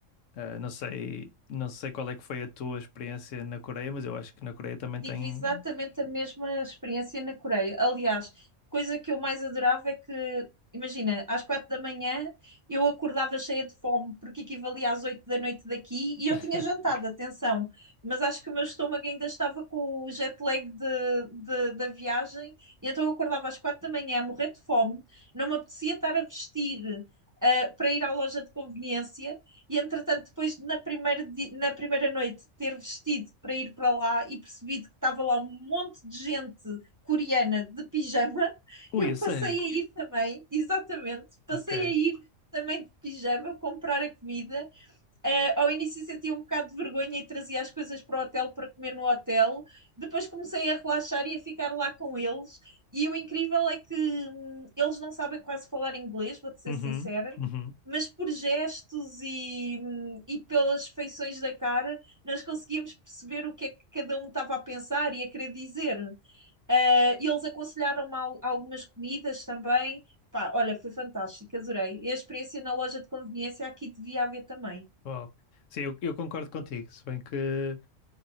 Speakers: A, on the left; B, on the right.
A: Eh, não sei, não sei qual é que foi a tua experiência na Coreia, mas eu acho que na Coreia também
B: Tive
A: tem.
B: exatamente a mesma experiência na Coreia. Aliás, coisa que eu mais adorava é que, imagina, às quatro da manhã eu acordava cheia de fome, porque equivalia às oito da noite daqui e eu
A: <laughs>
B: tinha jantado, atenção. Mas acho que o meu estômago ainda estava com o jet lag de, de- da viagem, e então eu acordava às quatro da manhã a morrer de fome, não me apetecia estar a vestir. ah, para ir à loja de conveniência e entretanto, depois na primeira, di- na primeira noite ter vestido para ir para lá e percebido que estava lá um monte de gente coreana de pijama, <laughs>
A: Ui,
B: eu
A: a sério?
B: passei a ir também, exatamente, passei
A: Ok.
B: a ir também de pijama comprar a comida eh, ao início sentia um bocado de vergonha e trazia as coisas para o hotel para comer no hotel. Depois comecei a relaxar e a ficar lá com eles. E o incrível é que hum, eles não sabem quase falar inglês, vou-te ser
A: Uhum,
B: sincera,
A: uhum.
B: mas por gestos e, hum, e pelas feições da cara, nós conseguíamos perceber o que é que cada um estava a pensar e a querer dizer. Eh, eles aconselharam-me al- algumas comidas também. Pá, olha, foi fantástico, adorei. E a experiência na loja de conveniência aqui devia haver também.
A: Uau. Sim, eu, eu concordo contigo, se bem que